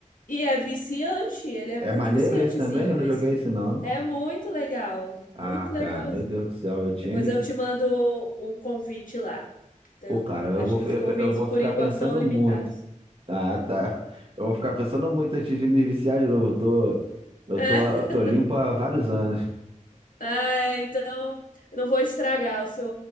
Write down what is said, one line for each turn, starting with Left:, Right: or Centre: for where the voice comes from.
Left: e é viciante, ele é
Right: É
Left: muito
Right: maneiro
Left: viciantezinho
Right: esse também? Eu não
Left: esse.
Right: joguei esse não.
Left: É muito legal,
Right: Ah,
Left: muito legalzinho.
Right: cara, meu Deus do céu, eu tinha
Left: Depois
Right: me
Left: eu
Right: disse.
Left: te mando um convite lá. Então,
Right: Pô, cara, eu
Left: acho
Right: vou,
Left: que
Right: fi-
Left: os
Right: eu
Left: convites
Right: eu vou
Left: por
Right: ficar
Left: enquanto
Right: pensando
Left: são limitados.
Right: muito. Ah, tá. Eu vou ficar pensando muito antes de me viciar de novo. Eu tô, eu
Left: <laughs>
Right: tô, tô limpo há vários anos.
Left: Ah, então, eu não vou estragar o seu,